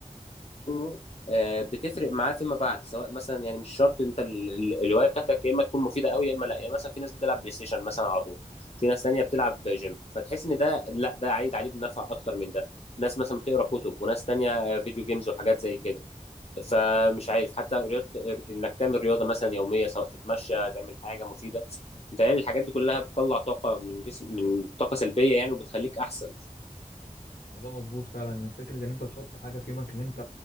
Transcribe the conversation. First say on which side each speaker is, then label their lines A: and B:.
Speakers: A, on the left; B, on the left.
A: يومه آه، بتفرق معاه فيما بعد سواء مثلا يعني مش شرط انت ال- ال- الهوايه بتاعتك يا اما تكون مفيده قوي يا اما لا يعني مثلا في ناس بتلعب بلاي ستيشن مثلا على طول في ناس تانية بتلعب جيم فتحس ان ده لا ده عايد عليه بالنفع اكتر من ده ناس مثلا بتقرا كتب وناس تانية فيديو جيمز وحاجات زي كده فمش عارف حتى رياضة انك تعمل رياضة مثلا يومية سواء تتمشى تعمل حاجة مفيدة متهيألي الحاجات دي كلها بتطلع طاقة من جسم من طاقة سلبية يعني وبتخليك أحسن
B: الموضوع مظبوط فعلا فكره ان انت تحط حاجه في يومك ان انت